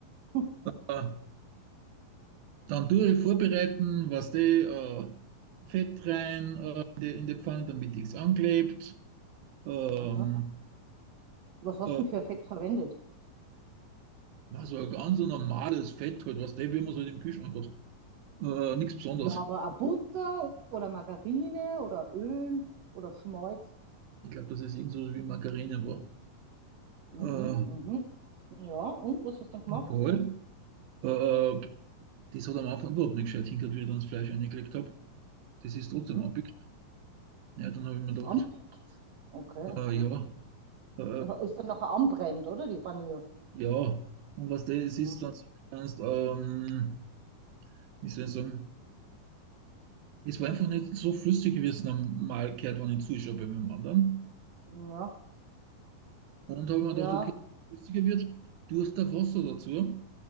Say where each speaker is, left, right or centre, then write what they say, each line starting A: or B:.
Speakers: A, on the right; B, on the right.
A: Hm.
B: Äh, dann tue ich vorbereiten, was die äh, Fett rein äh, in die, in die Pfanne, damit nichts anklebt. Ähm,
A: Aha. Was hast
B: äh,
A: du denn für Effekt verwendet?
B: also ein ganz normales Fett halt, was die, wie man es halt im Kühlschrank hat. Äh, nichts Besonderes.
A: Ja, aber eine Butter oder Margarine oder Öl oder Schmalz.
B: Ich glaube, dass es irgend so wie Margarine war.
A: Mhm,
B: Äh,
A: mhm. Ja, und was hast du dann gemacht?
B: Voll. Äh, das hat am Anfang überhaupt nicht gescheit hingehört, wie ich dann das Fleisch reingekriegt habe. Das ist trotzdem
A: Mhm.
B: abgekriegt. Ja, dann habe ich mir
A: Das
B: gedacht,
A: anpickt. Okay.
B: äh, ja, äh,
A: Und da ist dann nachher anbrennt, oder? Die Panier.
B: ja. Und was das
A: Mhm.
B: ist, dann, kannst, ähm, wie soll ich sagen, es war einfach nicht so flüssig, wie es normal gehört, wenn ich zuschaue bei meinem anderen.
A: Ja,
B: Und habe mir
A: ja.
B: gedacht, okay, wenn es flüssiger wird, Durst auf Wasser dazu.